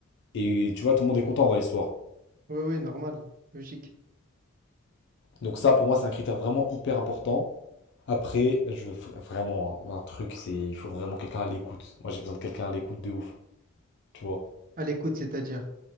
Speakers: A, on the left; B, on the right.
A: et tu vois, tout le monde est content dans l'histoire.
B: Oui, oui, normal. Logique.
A: Donc ça, pour moi, c'est un critère vraiment hyper important. Après, je veux vra- vraiment hein, un truc, c'est il faut vraiment quelqu'un à l'écoute. Moi, j'ai besoin de quelqu'un à l'écoute de ouf. tu vois.
B: À l'écoute, c'est-à-dire.